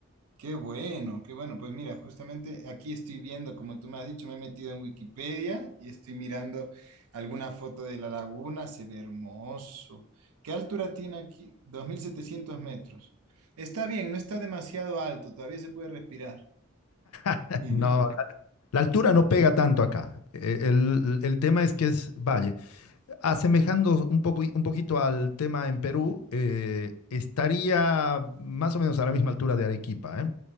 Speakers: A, on the right (about 90°); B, on the left (about 80°).
A: qué bueno, qué bueno. Pues mira, justamente aquí estoy viendo, como tú me has dicho, me he metido en Wikipedia y estoy mirando alguna foto de la laguna, se ve hermoso. ¿Qué altura tiene aquí? 2.700 metros. Está bien, no está demasiado alto, todavía se puede respirar.
B: <laughs>
A: <laughs>
B: No, la altura no pega tanto acá. Eh, El, el tema es que es valle. Asemejando un poco, un poquito al tema en Perú, eh, estaría más o menos a la misma altura de Arequipa, ¿eh?